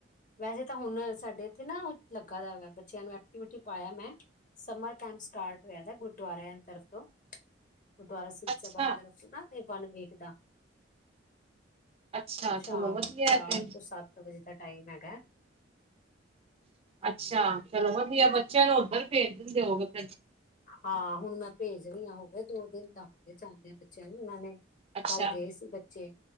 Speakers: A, on the left; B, on the right.
A: ਵੈਹੇ ਤਾਂ ਹੁਣ ਸਾਡੇ ਇੱਥੇ ਨਾ ਓ ਲੱਗਾ ਦਾ ਵ ਬੱਚਿਆਂ ਨੂੰ ਐਕਟੀਵਿਟੀ ਪਾਇਆ ਮੈਂ ਸਮਰ ਕੈਂਪ ਸਟਾਰਟ ਹੋਇਆ ਦਾ ਗੁਰਦੁਆਰਿਆਂ ਦੀ ਤਰਫ ਤੋਂ ਗੁਰਦੁਆਰਾ ਸਿੰਘ
B: ਅੱਛਾ
A: ਸਭਾ ਦੀ ਤਰਫ ਨਾ ਇਹ ਬਨ ਵੇਖਦਾ
B: ਅੱਛਾ
A: ਸ਼ਾਮ
B: ਚਲੋ ਵਧੀਆ
A: ਚਾਰ
B: ਤੇ
A: ਤੋਂ ਸੱਤ ਵਜੇ ਦਾ ਟਾਈਮ ਹੈਗਾ।
B: ਅੱਛਾ ਚਲੋ ਵਧੀਆ ਬੱਚਿਆਂ ਨੂੰ ਉੱਧਰ ਭੇਜ ਦਿੰਦੇ ਹੋਗੇ ਫਿਰ।
A: ਹਾਂ, ਹੁਣ ਮੈਂ ਭੇਜ ਰਹੀ ਹਾਂ ਹੋਗੇ ਦੋ ਦਿਨ ਤਾਂ ਹੋਗੇ ਜਾਂਦੇ ਆ ਬੱਚਿਆਂ ਨੂੰ ਉਹਨਾਂ ਨੇ।
B: ਅੱਛਾ
A: ਕੱਲ੍ਹ ਗਏ ਸੀ ਬੱਚੇ।